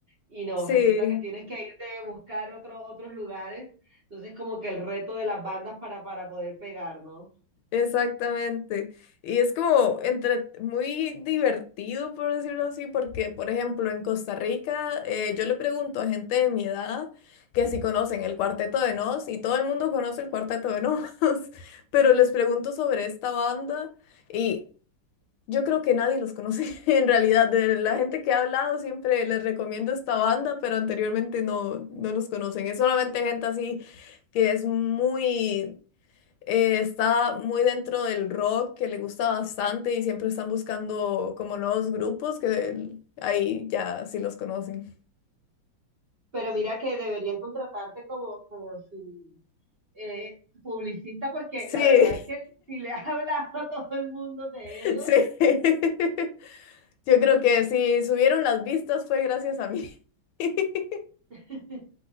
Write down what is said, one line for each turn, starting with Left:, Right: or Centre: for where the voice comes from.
Right: y no,
Left: Sí.
Right: resulta que tienes que irte a buscar otro- otros lugares, entonces como que el reto de las bandas para, para poder pegar, ¿no?
Left: Exactamente. Y es como entre muy divertido, por decirlo así, porque, por ejemplo, en Costa Rica, eh, yo le pregunto a gente de mi edad que si conocen el Cuarteto de Nos, y todo el mundo conoce el Cuarteto de Nos, <laughs> pero les pregunto sobre esta banda y yo creo que nadie los conoce <laughs> en realidad. De la gente que ha hablado, siempre les recomiendo esta banda, pero anteriormente no, no los conocen. Es solamente gente así que es muy eh, está muy dentro del rock que le gusta bastante y siempre están buscando como nuevos grupos que el- ahí ya sí los conocen.
Right: Pero mira que deberían contratarte como, como su eh, publicista, porque
Left: Sí,
Right: la verdad es que si le has <laughs> hablado a todo el mundo de
Left: <laughs>
Right: ellos,
Left: sí. <laughs> Yo creo que si subieron las vistas fue gracias a mí. <laughs>
Right: <laughs>